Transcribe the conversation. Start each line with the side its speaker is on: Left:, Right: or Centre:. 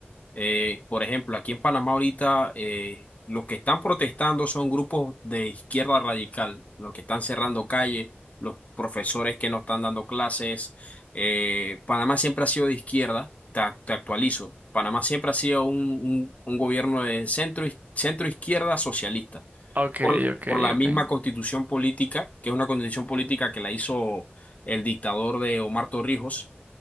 Left: Eh, por ejemplo, aquí en Panamá ahorita eh, los que están protestando son grupos de izquierda radical, los que están cerrando calles, los profesores que no están dando clases. Eh, Panamá siempre ha sido de izquierda, te, te actualizo. Panamá siempre ha sido un, un- un gobierno de centro, centro izquierda socialista,
Right: Ok,
Left: por,
Right: ok,
Left: por la misma
Right: ok. Eh,
Left: constitución política, que es una constitución política que la hizo el dictador de Omar Torrijos